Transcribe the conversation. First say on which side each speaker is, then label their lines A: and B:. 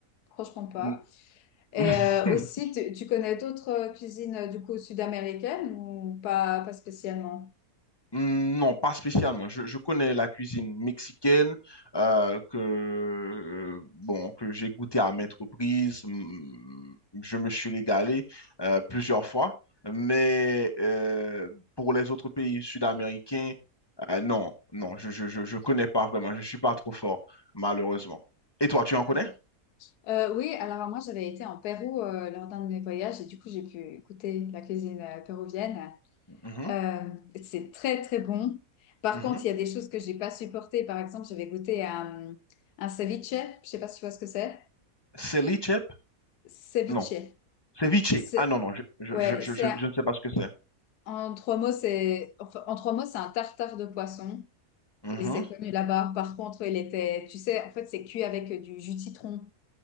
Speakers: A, on the left; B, on the left.
A: Franchement pas.
B: Mhm.
A: Et
B: <laughs>
A: euh, aussi, tu, tu connais d'autres euh, cuisines euh, du coup sud-américaines ou pas, pas spécialement?
B: Hmm, Non, pas spécialement. Je, je connais la cuisine mexicaine euh, que euh, bon que j'ai goûté à maintes reprises. Hmm, Je me suis régalé euh, plusieurs fois, mais euh, pour les autres pays sud-américains, euh, non, non, je, je, je, je connais pas vraiment. Je suis pas trop fort, malheureusement. Et toi, tu en connais?
A: Ouais. Euh, oui, alors moi j'avais été en Pérou euh, lors d'un de mes voyages et du coup j'ai pu goûter la cuisine euh, péruvienne.
B: Mhm,
A: Euh, c'est très, très bon. Par
B: mhm.
A: contre, il y a des choses que j'ai pas supportées. Par exemple, j'avais goûté un, un ceviche. Je sais pas si tu vois ce que c'est.
B: Ceviche?
A: Ceviche.
B: Non. Ceviche.
A: C'est,
B: Ah non, non, je, je,
A: ouais,
B: je,
A: c'est,
B: je, je ne sais pas ce que c'est.
A: en trois mots, c'est, enfin, en trois mots, c'est un tartare de poisson.
B: Mhm.
A: Et c'est connu là-bas. Par contre, il était, tu sais, en fait, c'est cuit avec du jus de citron.